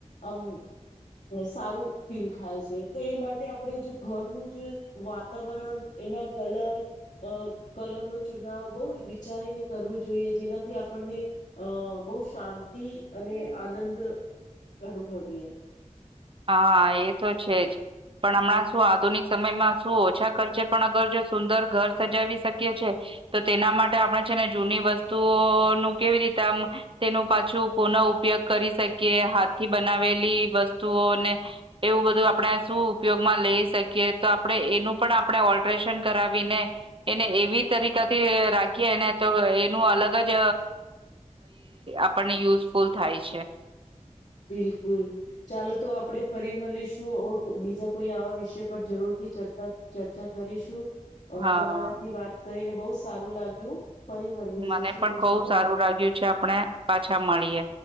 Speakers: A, on the left; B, on the right.
A: આમ સારું ફીલ થાય છે તો એ માટે તે આપણે જે ઘરનું જે વાતાવરણ એના કલર અ કલરનો ચુનાવ બહુ જ વિચારીને કરવું જોઈએ જેનાથી આપણને અ બોહ શાંતિ અને આનંદ અનુભવીએ
B: હા એ તો છે જ પણ હમણાં શું આધુનિક સમયમાં શું ઓછા ખર્ચે પણ અગર જો સુંદર ઘર સજાવી શકીએ છીએ તો તેના માટે આપણે છેને જૂની વસ્તુઓનું કેવી રીતે આમ તેનું પાછું પુનઃ ઉપયોગ કરી શકીએ કે હાથથી બનાવેલી વસ્ તું ઓને એવું બધું આપણે શું ઉપયોગમાં લઈ શકીએ તો આપણે એનું પણ આપણે ઓલત રેશન કરાવીને એને એવી તરીકાથી રાખીએ એને તો એ નું અલગ જ આપણને યુઝફુલ થાય છે
A: બિલકુલ ચાલો તો આપણે ફરી મળીશું ઓ બીજા કોઈ આવા વિષય પર જરૂરથી ચર્ચા ચર્ચા કરીશું અ
B: હા.
A: તમારાથી વાત કરીને બો સારું લાગ્યું ફરી મળીએ
B: મને
A: જય શ્રી
B: પણ
A: કૃષ્ણ
B: બહુ સારું લાગ્યું છે આપણે પાછા મળીએ